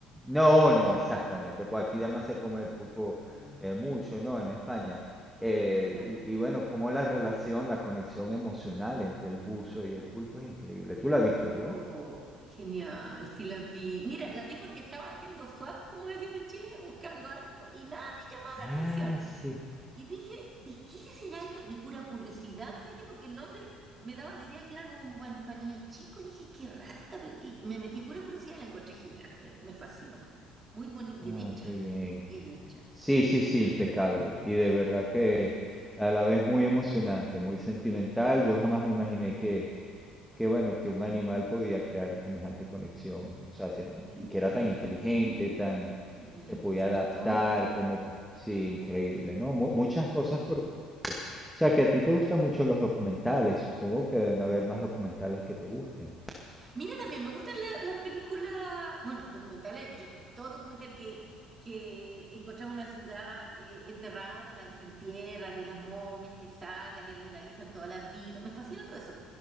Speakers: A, in the centre; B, on the right (about 30°).
A: No, no,
B: Mm.
A: exactamente. Pues aquí además se come el pulpo
B: Mm,
A: eh, mucho, ¿no? En España. Eh,
B: ya.
A: y, y bueno, como la relación, la conexión emocional entre el buzo y el pulpo es increíble. Tú la viste, ¿verdad?
B: Oh, genial, sí la vi. Mira, la vi porque estaba haciendo swap, como decimos en Chile, buscando algo y nada me llamaba la
A: Ah,
B: atención.
A: sí.
B: Y dije, ¿de qué será esto? De pura curiosidad me metí porque el nombre me daba la idea que era algo como para niños chicos. Dije, qué rara esta película. Y me metí de pura curiosidad y la encontré genial, me, me fascinó. Muy boni- bien
A: Ah,
B: hecha,
A: qué bien.
B: bien hecha.
A: Sí, sí, sí,
B: Realmente.
A: impecable. Y de verdad que a la vez muy emocionante, muy sentimental. Yo jamás me imaginé que, que bueno, que un animal podía crear semejante conexión. O sea, se-
B: Increíble,
A: y que era tan inteligente, tan, se podía
B: ¿cierto?
A: adaptar, como, po- sí, increíble, ¿no? Mu- muchas cosas por... O sea, que a ti te gustan mucho los documentales. Supongo que deben haber más documentales que te gusten.
B: Mira, también me gustan la- las películas, bueno, documentales, yo, todo documental que, que encontraba una ciudad eh, enterrada, de la desentierran y las momias que sacan y les analizan toda la vida, me fascina todo eso.